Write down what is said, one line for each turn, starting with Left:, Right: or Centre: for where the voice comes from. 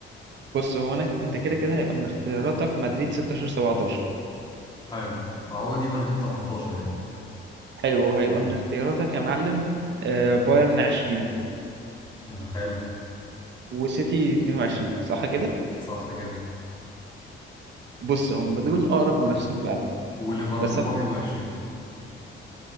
Right: بص هو انا انت كده كده هيبقى من اختياراتك مدريد 16 17
Left: حلو ما هو دي مدريد 18 يعني
Right: حلو هيبقى من اختياراتك يا معلم آه، بايرن 20
Left: ما حلو
Right: وسيتي 22 صح
Left: حلو.
Right: كده
Left: صح كده
Right: بص هم دول اقرب منافسين فعلا
Left: وليفربول
Right: بس أنا-
Left: 21